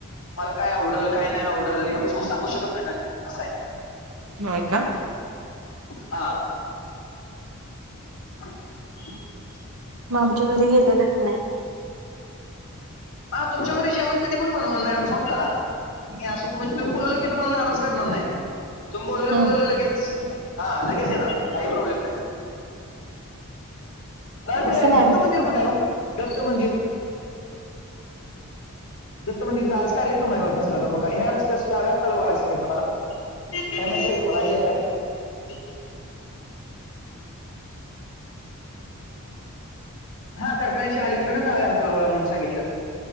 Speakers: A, on the left; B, on the right.
A: मला काय आवडल काय नाही आवडल या गोष्टी सांगू शकत नाही ना मी असं आहे.
B: होय का.
A: हा. <unintelligible>
B: मग आमच्या घरी गेलेलाच नाही.
A: हा तुमच्याकडे जेवण कधी पण बनवा मॅडम फोन करा. मी असं तुम तुम्ही बोलवल क तुम्हाला नाराज करणार नाही. तुम बोलवले
B: हम्म
A: बोलवले लगेच हा लगेच येणार काही प्रॉब्लेम नाही. अ
B: तसं
A: ते
B: नाही
A: दत्त
B: आम
A: मंदिर कुठे आहे दत्त मंदिर.
B: <inaudible> <unintelligible>
A: दत्त मंदिरचा आज कार्यक्रम आहे बघा कसला मोठा ह्या रस्त्याला वळाय सांगितलं मला काय माहितीये तुम्हाला काय आयडिया आहे काय? हा कारखान्याशी अलीकडे डाव्या हाताला वळा म्हणून सांगितलं.